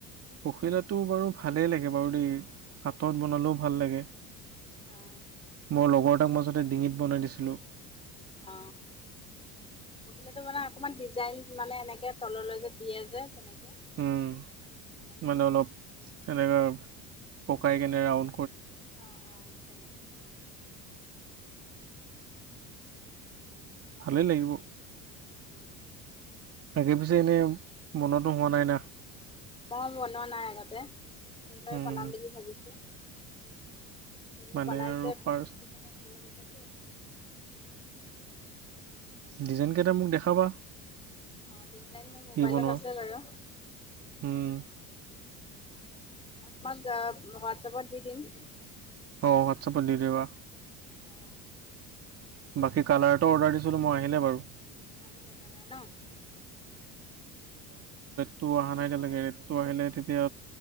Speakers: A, on the right; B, on the left.
A: পখিলাটো বাৰু ভালেই লাগে বাৰু দেই হাতত বনালেও ভাল লাগে
B: অ
A: মোৰ লগৰটাক মাজতে ডিঙিত বনাই দিছিলোঁ
B: অ পখিলাটো মানে অকমান ডিজাইন মানে এনেকে তললৈ যে দিয়ে যে তেনেকে
A: উম
B: তেনেকে পেলাই
A: মানে অলপ
B: বনাম ভাবিছো
A: সেনেকা পকাই কেনে ৰাউন
B: অ অ তেনেকে
A: ভালেই লাগিব
B: উম
A: তাকে পিছে এনেই বনোৱাতো হোৱা নাই ন
B: মই বনোৱা নাই আগতে এইবাৰ
A: উম
B: বনাম বুলি ভাবিছো চবেই
A: মানে
B: বনাইছে
A: আৰু ফাৰ্ষ্ট
B: মোৰ দেখি পালে ভাল লাগিছে টো
A: ডিজাইন কেইটা মোক দেখাবা
B: অ ডিজাইন মোৰ মোবাইলত
A: কি বনোৱা
B: আছে বাৰু
A: উম
B: মই তোমাক হোৱাটছাপত দি দিম
A: অ হোৱাটছাপত দি দিবা
B: অ
A: বাকী
B: তুমি
A: কালাৰটো অৰ্ডাৰ দিছিলো মই আহিলে বাৰু
B: আহিলে কালাৰ ন
A: টো অহা নাই এতিয়ালৈকে ৰেড টো আহিলে তেতিয়া